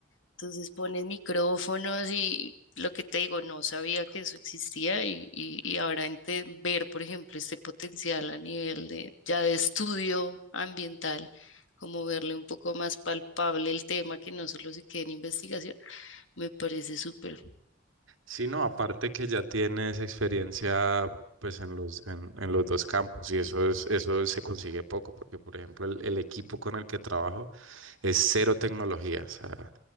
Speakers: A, on the left (about 70°); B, on the right (about 75°).
A: Entonces pones micrófonos y lo que te digo, no sabía que eso existía y, y, y ahora ente- ver, por ejemplo, este potencial a nivel de ya de estudio ambiental, como verle un poco más palpable el tema que no solo se quede en investigación, me parece súper.
B: Sí, no, aparte que ya tienes experiencia pues en los, en, en los dos campos y eso es, eso se consigue poco, porque por ejemplo el, el equipo con el que trabajo es cero tecnología. O sea,